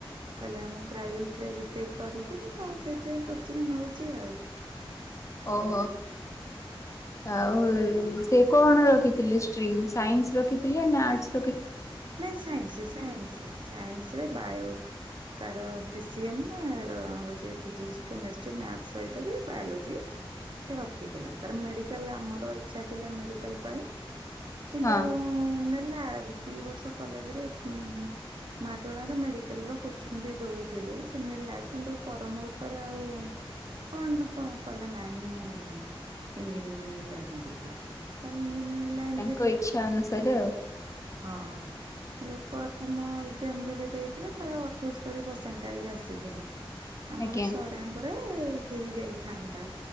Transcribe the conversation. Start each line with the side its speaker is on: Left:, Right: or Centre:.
Right: କହିଲା ମୁଁ ପ୍ରାଇଭେଟରେ ବି ଟେକ୍ କରିବିନି ତ ସେଇଥିପାଇଁ କୋଚିଂ ନଉଛି ଆଉ।
Left: ଓହୋ। ଆଉ ସିଏ କଣ ରଖିଥିଲେ ଷ୍ଟ୍ରିମ୍ ସାଇନ୍ସ ରଖିଥିଲେ ନା ଆର୍ଟସ?
Right: ନାଇଁ ସାଇନ୍ସ ସାଇନ୍ସ ସାଇନ୍ସରେ ବାୟୋ ତାର ପି ସି ଏମ ନା ର ହଉଛି ଫିଜିକ୍ସ, କେମେଷ୍ଟ୍ରି, ମ୍ୟାଥ ସହିତ ବି ବାୟୋଲୋଜି ସେ ରଖିଥିଲା। ତାର ମେଡିକାଲ ଆମର ଇଚ୍ଛା ଥିଲା ମେଡିକାଲ ପାଇଁ କିନ୍ତୁ
Left: ହଁ
Right: ନେଲା ଦି ବର୍ଷ କଲେଜରେ ଉମ୍ ମାଗଣାରେ ମେଡିକାଲ ର କୋଚିଂ ବି ଦଉଥିଲେ ସେ ନେଲା କିନ୍ତୁ ପର ମୁହୂର୍ତ୍ତରେ ଆଉ କଣ କ କଇଲା ନାଇଁ ମୁଁ ଏଞଜିନିୟରିଂ ଲାଇନ ଯିବି। ତ ଇଂଜିନିୟରିଂ ଲାଇନ
Left: ତାଙ୍କ
Right: ଯିବୁ
Left: ଇଚ୍ଛା ଅନୁସାରେ
Right: ଉମ୍
Left: ଆଉ
Right: ହଁ ଯୋଉ ପ୍ରଥମ ଏକ୍ଜାମ ଯେବେ ଦେଇଥିଲେ ତାର ଅଠସ୍ତରୀ ପରସେଣ୍ଟ ଆଇଲି ଆସି ଆସିଥିଲା। ଆମର
Left: ଆଜ୍ଞା
Right: ସରାଙ୍ଗରେ ହେଇ ଯାଇଥାନ୍ତା